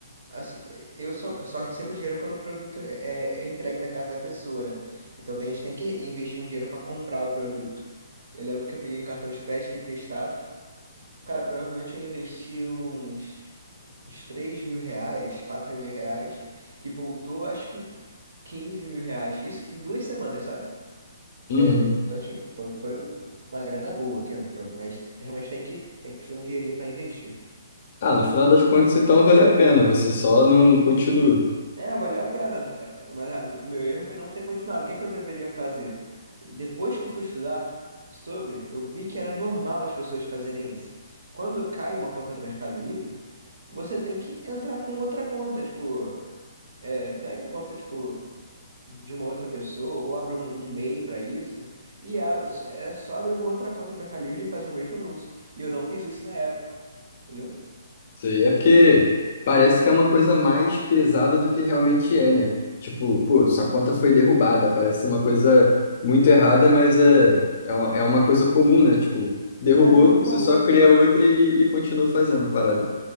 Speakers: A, on the right; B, on the left.
A: assim, eu só, só recebo dinheiro quando o produto é, é é entregue na casa da pessoa, né? Então tem- a gente tem que investir um dinheiro pra comprar o produto. Eu lembro que eu peguei um cartão de crédito emprestado. Cara, provavelmente eu investi uns uns três mil reais, quatro mil reais, e voltou, acho que quinze mil reais. Isso em duas semanas, sabe?
B: Uhum.
A: É, então, assim, foi, foi um- uma grana boa que entrou, mas realmente tem que, tem que ter um dinheirinho para investir.
B: Ah, no final das contas então valeu a pena, você só não continua.
A: É, valeu a pena, é, mas ah, meu erro foi não ter continuado. O que é que eu deveria fazer? Depois que eu fui estudar sobre, eu vi que era normal as pessoas fazerem isso. Quando cai uma conta do Mercado Livre, você tem que entrar com outra conta, tipo, é, pega a conta, tipo, de uma outra pessoa, ou abre um, um MEI para isso, e abre, era só abrir uma outra conta no Mercado Livre e fazer o mesmo anúncio. E eu não fiz isso na época, entendeu?
B: Sei, É porque parece que é uma coisa mais pesada do que realmente é, né? Tipo, pô, sua conta foi derrubada, parece uma coisa muito errada, mas
A: Sim.
B: é, é uma, é uma coisa comum, né? Tipo, derrubou,
A: É muito
B: você
A: comum.
B: só cria outra e, e continua fazendo a parada.